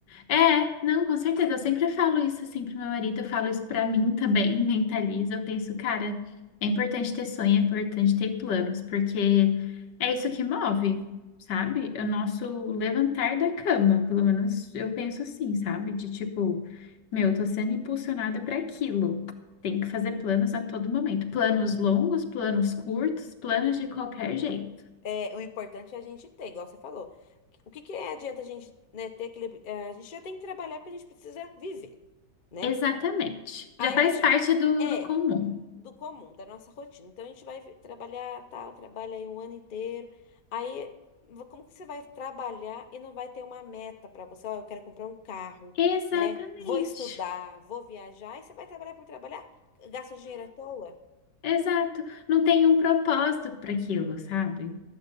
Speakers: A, on the left; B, on the left.
A: É, não, com certeza. Eu sempre falo isso assim pro meu marido, eu falo isso pra mim também, <laughs> mentalizo. Eu penso, cara, é importante ter sonho, é importante ter planos, porque é isso que move, sabe? É o nosso levantar da cama, pelo menos eu penso assim, sabe? De tipo, meu, eu tô sendo impulsionada para aquilo. Tem que fazer planos a todo momento. Planos longos, planos curtos, planos de qualquer jeito.
B: É, o importante é a gente ter, igual você falou. O que que é, adianta a gente, né, ter aquele. eh, A gente já tem que trabalhar porque a gente precisa viver, né?
A: Exatamente. Já
B: Aí
A: faz
B: a gente
A: parte do,
B: é
A: do comum.
B: do comum, da nossa rotina. Então a gente vai vi- trabalhar tal, trabalha aí um ano inteiro. Aí vo- como que você vai trabalhar e não vai ter uma meta pra você? Ó, eu quero comprar um carro,
A: Exatamente.
B: né? Vou estudar, vou viajar. E você vai trabalhar por trabalhar? Gasta dinheiro à toa?
A: É, exato. Não tem um propósito para aquilo, sabe?